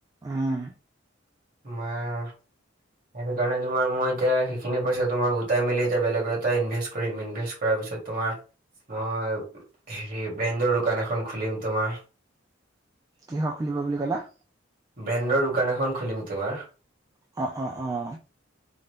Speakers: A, on the right (about 20°); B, on the right (about 45°).
A: উম
B: তোমাৰ সেইটো কাৰণে তোমাৰ মই এতিয়া সেইিন পইা তোমাৰ গোটাই মেলি এতি বেলেগ এটা ইনভেষ্ট কৰিম ইনভেষ্ট কৰাৰ পিছত তোমাৰ মই হেৰি ব্ৰেণ্ডৰ দোকান এখন খুলিম তোমাৰ
A: কিহৰ খুলিব বুলি কলা।
B: ব্ৰেণ্ডৰ দোকান এখন খুলিম তোমাৰ।
A: অঁ', অঁ', অঁ',।